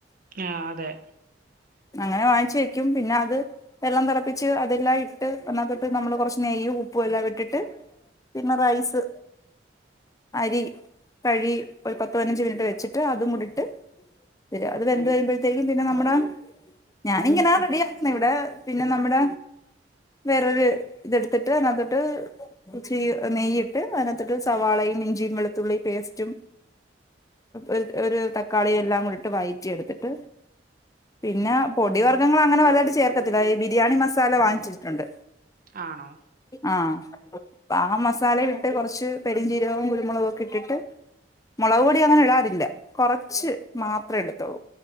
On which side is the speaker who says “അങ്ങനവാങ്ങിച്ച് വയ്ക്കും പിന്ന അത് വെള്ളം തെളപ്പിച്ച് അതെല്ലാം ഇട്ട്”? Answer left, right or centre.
Left